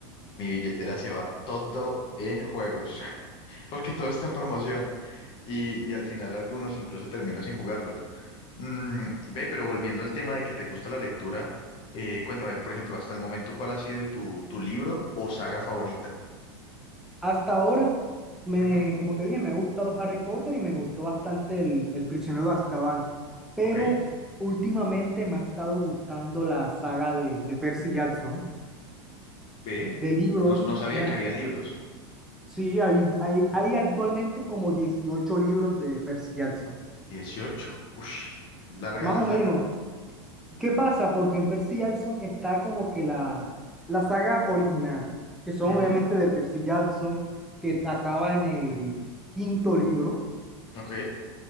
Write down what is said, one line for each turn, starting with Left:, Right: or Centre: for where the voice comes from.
Left: mi billetera se va todo en juegos, <laughs> porque todo está en promoción y, y al final algunos incluso termino sin jugarlos. Mm, ve, pero volviendo al tema de que te gusta la lectura, eh, cuéntame, por ejemplo, hasta el momento, ¿cuál ha sido tu, tu libro o saga favorita?
Centre: Hasta ahora, me,
Left: Ujú,
Centre: como te dije, me ha gustado Harry Potter y me gustó bastante el, el Prisionero de Azkaban, pero
Left: ok,
Centre: últimamente me ha estado gustando la saga de, de Percy Jackson,
Left: ve,
Centre: de libros.
Left: no, no sabía
Centre: me-
Left: que habían libros.
Centre: sí, hay, hay, hay actualmente como 18 libros de Percy Jackson,
Left: 18. uff, larga
Centre: más
Left: la
Centre: o
Left: saga.
Centre: menos, ¿Qué pasa? Porque en Percy Jackson está como que la, la saga original, que son
Left: Ujú,
Centre: obviamente de Percy Jackson, que acaba en el quinto libro.
Left: ok,